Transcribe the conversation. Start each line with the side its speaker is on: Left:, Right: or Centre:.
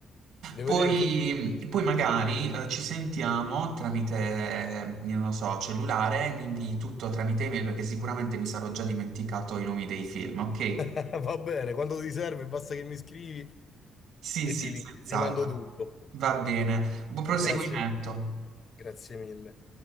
Left: Devo
Right: poi,
Left: vedere se...
Right: poi magari eh, ci sentiamo tramite, eh, io non so, cellulare, mi invii tutto tramite email perché sicuramente mi sarò già dimenticato i nomi dei film, ok?
Left: <laughs> Va bene, quando ti serve basta che mi scrivi
Right: Sì,
Left: e
Right: sì,
Left: ti, li-
Right: senz'altro.
Left: ti mando tutto.
Right: Va bene. Buon proseguimento.
Left: Grazie mille, grazie mille.